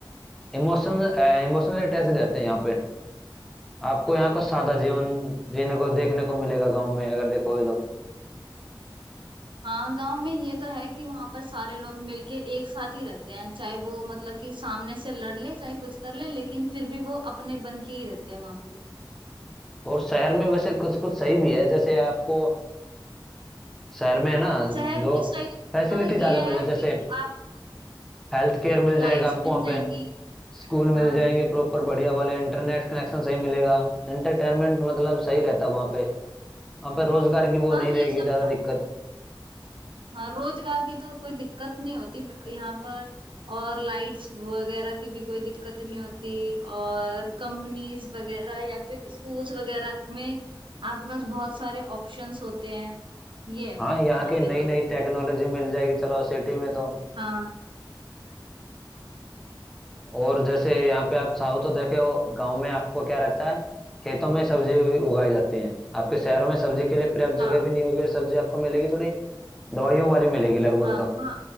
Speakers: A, in the centre; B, on the right.
A: इमोशनल इमोशनल अटैच रहते हैं यहाँ पे आपको यहाँ का सादा जीवन जीने को देखने को मिलेगा गाँव में अगर देखोगे तो
B: हाँ गांव में ये तो है कि वहां पर सारे लोग मिलके एक साथ ही रहते हैं चाहे वो मतलब कि सामने से लड़ ले चाहे कुछ कर ले लेकिन फिर भी वो अपने बन के ही रहते हैं वहां पे
A: और शहर में वैसे कुछ कुछ सही भी है जैसे आपको शहर में है ना
B: शहर में
A: जो
B: सही में
A: फैसिलिटी
B: तो
A: ज्यादा
B: ये
A: मिलने
B: है
A: जैसे
B: कि आपको
A: हेल्थ केयर मिल
B: लाइट्स
A: जाएगा आपको
B: मिल
A: वहाँ
B: जाएंगी
A: पे स्कूल
B: हाँ
A: मिल जाएंगे प्रॉपर बढ़िया वाले इंटरनेट कनेक्शन सही मिलेगा एंटरटेनमेंट मतलब सही रहता है वहाँ पे वहाँ पे रोजगार की वो
B: हाँ
A: नहीं रहेगी
B: ये सब
A: ज्यादा
B: है
A: दिक्कत
B: हाँ रोजगार की तो कोई दिक्कत नहीं होती यहाँ पर और लाइट्स वगैरह की भी कोई दिक्कत नहीं होती और कंपनीज वगैरह या फिर स्कूल्स वगैरह में आपके पास बहुत सारे ऑप्शंस होते हैं ये है
A: हाँ यहाँ
B: यहाँ
A: की
B: पे
A: नई
B: तो
A: नई टेक्नोलॉजी मिल जाएगी चलो सिटी में तो
B: हाँ
A: और जैसे यहाँ पे आप साउथ तो देखे हो गाँव में आपको क्या रहता है खेतों में सब्जी उगाई जाती है आपके शहरों में सब्जी के लिए पर्याप्त जगह
B: हाँ
A: भी नहीं होगी और सब्जी आपको मिलेगी थोड़ी दवाइयों वाली मिलेगी लगभग
B: हाँ
A: तो
B: वहाँ